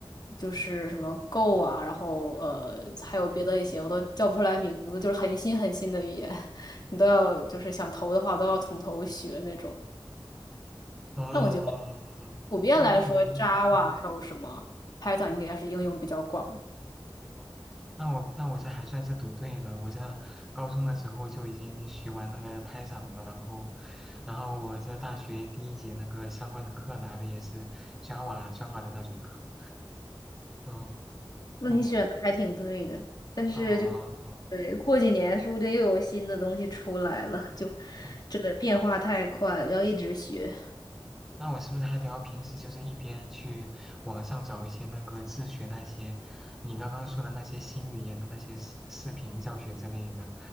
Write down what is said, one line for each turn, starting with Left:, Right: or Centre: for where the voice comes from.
Left: 就是什么 Go 啊，然后呃还有别的一些我都叫不出来名字，就是很新很新的语言，<laughs> 你都要就是想投的话都要从头学那种。
Centre: 哦，
Left: 但我觉得普遍来说，Java
Centre: 那那我平时嗯，
Left: 还有什么 Python 应该是应用比较广的。
Centre: 哦，那我那我这还算是读对了。我这高中的时候就已经学完那个 Python 了，然后然后我这大学第一节那个相关的课拿的也是 Java Java 的那种课。嗯。
Left: 那你选的还挺对的，
Centre: 哦，
Left: 但是就
Centre: 啊，
Left: 对，过几年说不定又有新的东西出来了，就
Centre: 嗯，
Left: 这个变化太快了，要一直学。
Centre: 那我是不是还得要平时就是一边去网上找一些那个自学那些你刚刚说的那些新语言的那些视视频教学之类的，